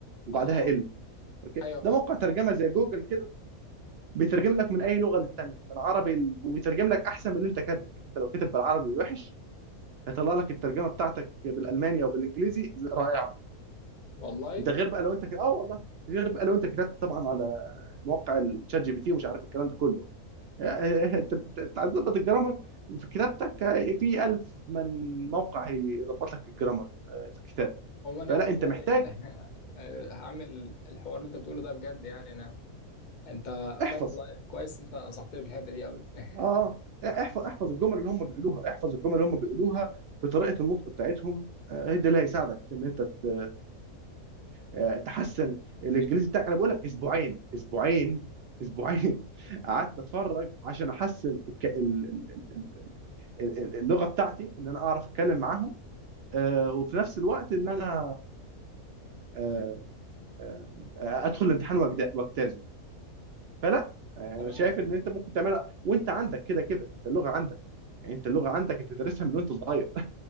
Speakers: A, on the right; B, on the left.
A: وبعدها
B: اه
A: ال اوكي
B: ايوه
A: ده
B: فاهمك
A: موقع ترجمه زي جوجل كده بيترجم لك من اي لغه للتانيه من عربي ل- وبيترجم لك احسن من اللي انت كاتبه يعني انت لو كاتب بالعربي وحش هيطلع لك الترجمه بتاعتك بالالماني او بالانجليزي رائعه
B: والله
A: ده غير بقى لو انت كده اه والله غير بقى لو انت كتبت طبعا على موقع الشات جي بي تي ومش عارف الكلام ده كله آه، آه، آه، انت أنت- أنت عايز تظبط الجرامر في كتابتك آه، في ألف من موقع هيظبط لك الجرامر آه، في الكتابه
B: عموما
A: فلا
B: يعني والله
A: انت محتاج
B: <laughs> هعمل الحوار اللي انت بتقوله ده بجد يعني انا انت
A: احفظ
B: فعلا والله كويس انت نصحتني في الحته دي قوي <laughs>
A: اه آه، احفظ احفظ الجمل اللي هم بيقولوها احفظ الجمل اللي هم بيقولوها بطريقه النطق بتاعتهم آه، هي دي اللي هيساعدك في ان انت ت- آه، تحسن الانجليزي بتاعك انا بقول لك اسبوعين اسبوعين اسبوعين <laughs> قعدت اتفرج عشان احسن الك... ال... ال... ال... ال- ال- اللغه بتاعتي ان انا اعرف اتكلم معاهم آه، وفي نفس الوقت ان انا آه، آه، آه، ادخل الامتحان وأجد- واجتازه فلا آه،
B: تمام
A: انا شايف
B: تمام
A: ان انت ممكن تعملها وانت عندك كده كده انت اللغه عندك يعني انت اللغه عندك انت دارسها من وانت صغير